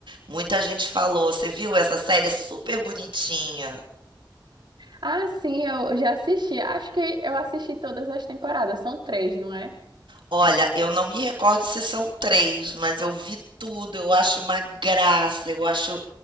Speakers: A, on the right; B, on the right.
A: Muita gente falou, você viu? Essa série é super bonitinha.
B: Ah, sim, eu já assisti. Acho que eu assisti todas as temporadas. São três, não é?
A: Olha, eu não me recordo se são três, mas eu vi tudo. Eu acho uma graça, eu acho